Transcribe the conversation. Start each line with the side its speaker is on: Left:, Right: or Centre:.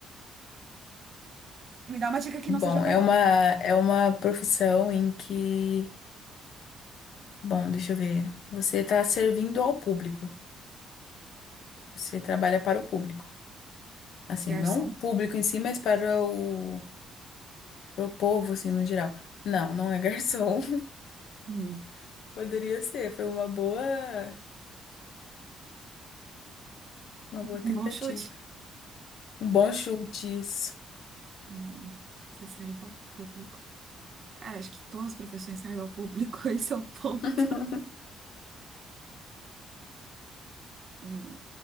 Right: Me dá uma dica que
Left: Bom,
Right: não seja tão
Left: é uma,
Right: óbvia.
Left: é uma profissão em que, bom, deixa eu ver, você está servindo ao público, você trabalha para o público, assim,
Right: Garçom?
Left: não o público em si, mas para o, para o povo, assim, no geral. Não, não é garçom,
Right: Hum,
Left: <laughs> poderia ser, foi uma boa, uma boa tentativa,
Right: um bom chute?
Left: um bom chute isso.
Right: Hum, você serve ao público. Cara, acho que todas as profissões servem ao público, <laughs> esse é o ponto.
Left: <laughs>
Right: Hum,